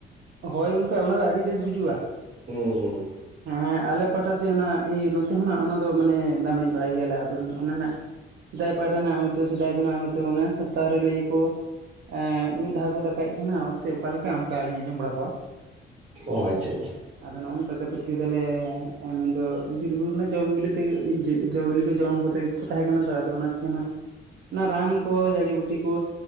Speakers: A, on the right (about 60°); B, on the right (about 35°).
A: ᱦᱳᱭ ᱜᱚᱝᱠᱮ ᱚᱱᱟᱫᱚ ᱟᱹᱰᱤ ᱵᱮᱥ ᱵᱩᱡᱩᱜᱼᱟ᱾
B: ᱦᱩᱸ ᱦᱩᱸ
A: ᱦᱮᱸ ᱦᱮᱸ ᱟᱞᱮ ᱯᱟᱦᱴᱟ ᱥᱮᱫ ᱚᱱᱟ ᱤᱭᱟᱹ ᱱᱚᱛᱮ ᱦᱚᱸ ᱱᱟᱜ ᱚᱱᱟ ᱫᱚ ᱢᱟᱱᱮ ᱫᱟᱜ ᱢᱟᱹᱲᱤᱡ ᱵᱟᱲᱟᱭ ᱜᱮᱭᱟᱞᱮ ᱟ ᱟᱫᱚ ᱚᱱᱟ ᱱᱟᱜ ᱥᱮᱫᱟᱭ ᱯᱟᱦᱴᱟ ᱨᱮᱱᱟᱜ ᱦᱳᱭᱛᱳ ᱥᱮᱫᱟᱭ ᱫᱚ ᱱᱟᱜ ᱦᱚᱭᱛᱳ ᱚᱱᱟ ᱥᱚᱯᱛᱟᱦᱚ ᱨᱮ ᱞᱟᱹᱭᱟᱠᱚ ᱮᱸᱜ ᱢᱤᱫ ᱫᱷᱟᱣ ᱠᱚ ᱫᱟᱠᱟᱭᱮᱫ ᱛᱟᱦᱮᱱᱟ ᱥᱮ ᱚᱠᱟᱞᱮᱠᱟ ᱚᱱᱠᱟ ᱞᱤᱧ ᱟᱸᱡᱚᱢ ᱵᱟᱲᱟ ᱠᱚᱣᱟ᱾
B: ᱚ ᱟᱪᱪᱷᱟ ᱟᱪᱷᱟ᱾
A: ᱟᱫᱚ ᱱᱚᱜᱼᱚᱱᱠᱟ ᱠᱟᱛᱮᱫ ᱜᱮ ᱫᱟᱞᱮ ᱢᱮᱱᱫᱚ, ᱵᱤᱨᱵᱩᱨᱩ ᱨᱮᱱᱟᱜ ᱡᱚᱢ ᱵᱤᱞᱤ ᱛᱮᱜᱮ ᱡᱚᱼ ᱵᱤᱞᱤ ᱠᱚ ᱡᱚᱢ ᱠᱚᱛᱮᱜ ᱜᱮ ᱠᱚ ᱛᱟᱦᱮᱸ ᱠᱟᱱᱟ ᱛᱚ ᱟᱫᱚ ᱚᱱᱟ ᱪᱤᱠᱟᱹ ᱱᱟᱦᱟᱜ, ᱚᱱᱟ ᱨᱟᱱ ᱠᱚ ᱡᱟᱹᱲᱤ ᱵᱩᱴᱤ ᱠᱚ